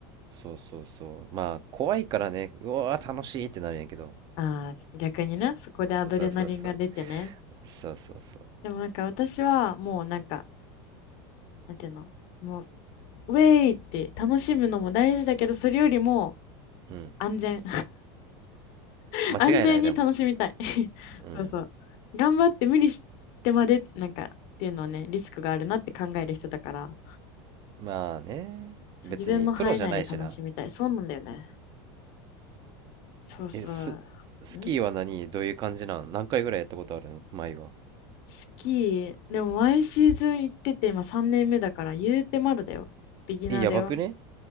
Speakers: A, on the right; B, on the left.
A: そうそうそう。まあ、怖いからね、うわー楽しいってなるんやけど。
B: ああ、逆にね、そこでアドレナリンが出てね。
A: そうそうそう。そうそうそ
B: でもなんか私はもうなんか、なんていうの、もう、ウェイって楽しむのも大事だけど、それよりも
A: う。うん。
B: 安全。<laughs>
A: 間違いない、
B: 安全に楽しみたい。
A: でも。
B: <laughs>
A: うん。
B: そうそう。頑張って無理してまで、なんか、っていうのはね、リスクがあるなって考える人だから、
A: まあね。
B: そう自分の範囲内で楽しみたい。
A: 別にプロじゃないしな。
B: そうなんだよね。そうそ
A: え、ス、スキーは何どういう感じなん何回ぐらいやったことあるん前は。
B: う。んスキー、でも毎シーズン行ってて、今3年目だから、言うてまだだよ。ビギナーだよ。
A: え、やばくね